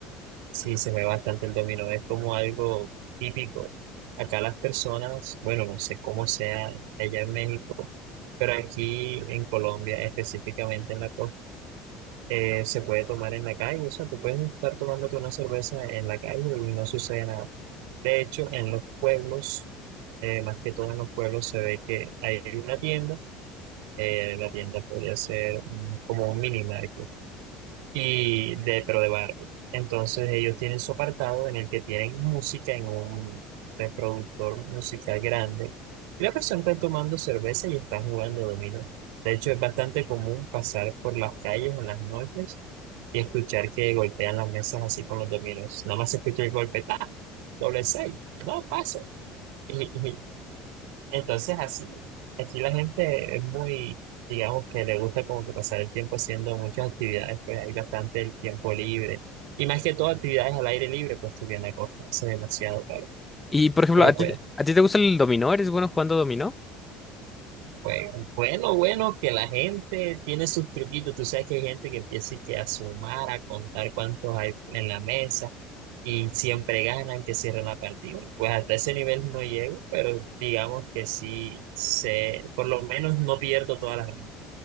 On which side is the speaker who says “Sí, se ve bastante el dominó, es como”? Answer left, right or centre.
Right